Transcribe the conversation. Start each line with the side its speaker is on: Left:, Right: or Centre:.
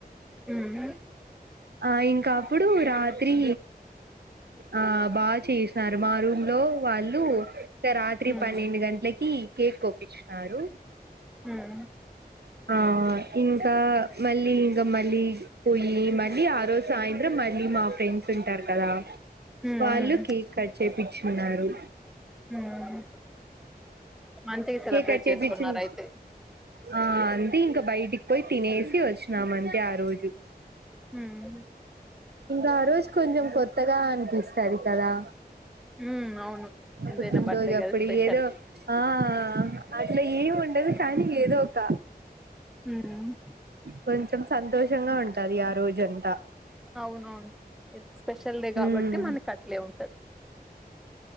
Centre: హ్మ్
Right: ఆ ఇంక అప్పుడు రాత్రి ఆ బాగా చేసినారు మా రూమ్ హలో వాళ్ళు రాత్రి
Centre: హ్మ్
Right: పన్నెండు గంటలకి కేక్ కోపిచినారు
Centre: హ్మ్
Right: ఆ ఇంకా మళ్ళీ ఇంకా మళ్ళీ పోయి మళ్ళీ ఆ రోజు సాయంత్రం మళ్ళీ మా ఫ్రెండ్స్ ఉంటారు కదా
Centre: హ్మ్
Right: వాళ్ళు
Centre: హ్మ్
Right: కేక్ కట్ చేయిచ్చ ఉన్నారు
Centre: హ్మ్ మంచిగా సెలబ్రేట్
Right: కేకట్ చేయిించింది
Centre: చేసుకున్నారు అయితే
Right: ఆ అంతే ఇంకా బయటికి పోయి తిన ఏసీ వచ్చిన మన ఆ రోజు
Centre: హ్మ్
Right: ఇంకా ఆ రోజు కొంచెం కొత్తగా అనిపిస్తంది కదా
Centre: హ్మ్ అవును ఎంతైనా
Right: పుట్టినరోజు
Centre: బర్త్డే
Right: అప్పుడు
Centre: కదా స్పెషల్
Right: ఏదో ఆ అట్లా ఏమి ఉండదు కానీ ఏదు ఓక్కా
Centre: ఉమ్
Right: కొంచెం సంతోషంగా ఉంటది ఆ రోజు అంతా
Centre: అవునవును స్పెషల్డే కాబట్టి
Right: ఉమ్
Centre: మనకి అట్లే ఉంటది